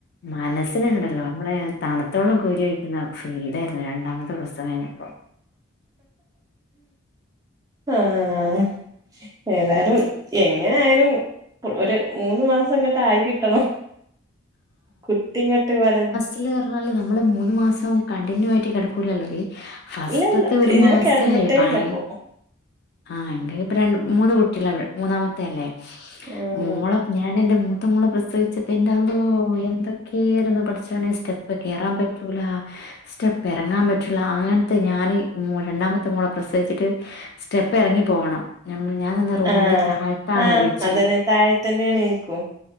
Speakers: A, on the left; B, on the right.
A: മനസ്സ്ന്ണ്ടല്ലോ അമ്മളേ തണ്ത്ത വള്ളം കോരി ഒഴിക്ക്ന്ന ഫീലായ്ര്ന്നു രണ്ടാമത്തെ പ്രസവം കയ്ഞ്ഞപ്പോ
B: ആഹ് ഏതായാലും എങ്ങെനെ ആയാലും ഒര് മൂന്ന് മാസംങ്ങട്ടായി കിട്ടണം കുട്ടിങ്ങട്ട് വല്
A: ന്ന്ർഞ്ഞാല് നമ്മള് മൂന്ന് മാസം കണ്ടിന്യൂ ആയിട്ട് കെടക്കൂലല്ലോ വെയ്റ്റ് ഫസ്റ്റ്ത്തെ
B: ഇല്ലല്ല
A: ഒര്
B: ഞാൻ
A: മാസലേ
B: കിടന്നിട്ടേ
A: ഭയ
B: ഇല്ലപ്പൊ
A: ആഹ് ഇന്റെത്പ്പ രണ്ട് മൂന്ന് കുട്ട്യാള <unintelligible> മൂന്നാമത്തെ അല്ലേ
B: ഉം
A: മോളെ ഞാന്‌ന്റെ മൂത്ത മോളെ പ്രസവ്ച്ച്ട്ട് ഇന്റെ അ എന്തെക്കേര്ന്നു പട്ച്ചോനെ സ്റ്റെപ്പ് കേറാൻ പറ്റൂല സ്റ്റെപ്പ് എറങ്ങാൻ പ റ്റൂലാ അങ്ങൻത്തെ ഞാന് മോ രണ്ടാമത്തെ മോളെ പ്രസവ്ച്ച്ട്ട് സ്റ്റെപ്പെറങ്ങി പോവണം ഞമ്മ് ഞാനന്ന് റൂമിന്റെ
B: ആഹ്
A: താഴത്താണ്
B: ആഹ്
A: ഉഴ്ച്ച്ല്
B: അതന്നെ താഴെ തന്നെയാണ് എനിക്കും